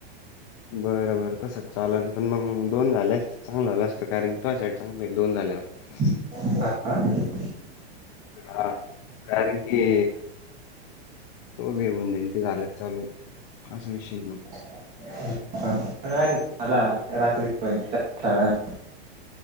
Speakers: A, on the left; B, on the right.
A: बरं बर तस चालल पण मग दोन झाले अस चांगलं झालं असत कारण की तो साईड चांगले दोन झाल्यावर.
B: हा <unintelligible>
A: हा कारण की तो बेऊन जाईल ते झालेत चालू असं विषय मग
B: <unintelligible>